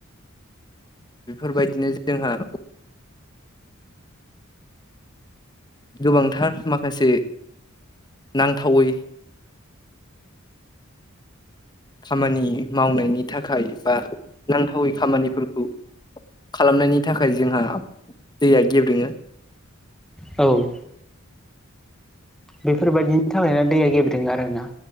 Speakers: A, on the left; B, in the centre.
A: बेफोर बायदिनो जोंहा गोबांथार माखासे नांथावै खामानि मावनायनि थाखाय बा नांथावै खामानिफोरखौ खालामनायनि थाखाय जोंहा दैया गेब्रेङो।
B: औ बेफोरबायाददिनि थाखायना दैया गेब्रेङो आरो ना।